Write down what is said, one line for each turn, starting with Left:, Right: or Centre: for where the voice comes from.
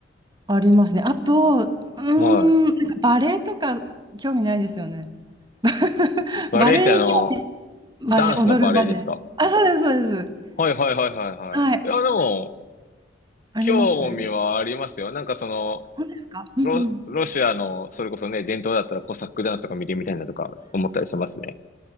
Right: ありますね。あと、うーん、
Left: い。はい。
Right: なんかバレエとか興味ないですよね。<laughs>
Left: バレエってあの、
Right: バレエに興味、
Left: ダンスのバレエですか
Right: バレエ、踊るバレエ。あ、そうです、そうです。
Left: はいはいはいはいはい。
Right: はい、
Left: いや、でも、
Right: あります。
Left: 興味はありますよ。なんかその、
Right: そうですか。うんうん。
Left: ロ、ロシアの、それこそね、伝統だったらコサックダンスとか見てみたいなとか思ったりしますね。